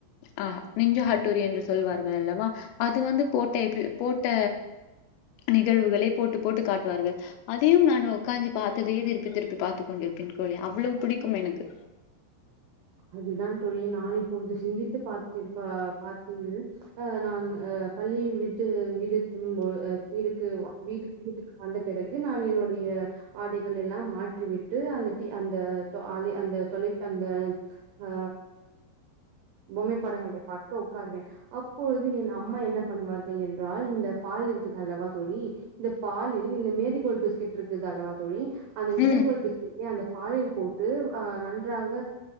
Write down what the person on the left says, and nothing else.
அ நிஞ்சா ஹட்டூரி என்று சொல்வார்கள் அல்லவா அது வந்து போட்டப்ப போட்ட நிகழ்வுகளை போட்டு போட்டு காட்டுவார்கள் அதையும் நான் உக்காந்து பார்த்ததையே திருப்பி திருப்பி பார்த்துக் கொண்டிருப்பேன் தோழி அவ்வோ புடிக்கும் எனக்கு
ம்